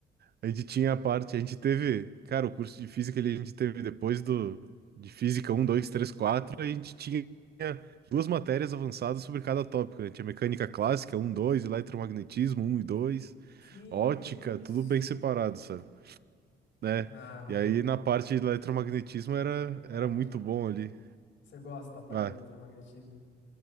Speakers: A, on the right; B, on the left.
A: A gente tinha a parte, a gente teve, cara, o curso de física ele a gente teve depois do de física um 2 3 4 a gente tinha duas matérias avançadas sobre cada tópico, né? Tinha mecânica clássica um 2 eletromagnetismo um e 2
B: Que
A: ótica,
B: isso?
A: tudo bem separado, sabe? Né?
B: Caramba,
A: E aí na parte de eletromagnetismo era
B: coragem.
A: era muito bom ali.
B: Você gosta da parte
A: Ah,
B: de eletromagnetismo?